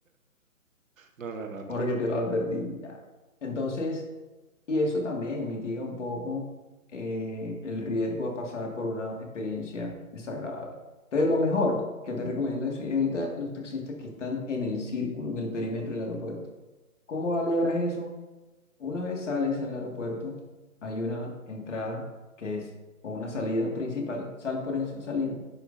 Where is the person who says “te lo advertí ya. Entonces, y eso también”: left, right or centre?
Left